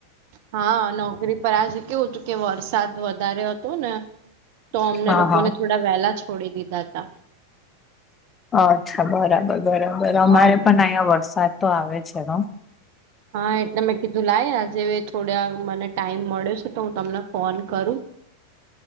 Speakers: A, on the right (about 50°); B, on the left (about 20°).
A: હ નોકરી પર આજે કેવું હતું કે વરસાદ વધારે હતો ને. તો અમને
B: ગયા
A: લોકોને
B: હા
A: થોડા વહેલા છોડી દીધા તા.
B: અચ્છા બરાબર બરાબર અમારે
A: હા
B: પણ અહીંયા વરસાદ તો આવે છે હ.
A: હ એટલે મેં કીધું લાય આજે થોડયા મને ટાઈમ મળ્યો છે, તો હું તમને ફોન કરું.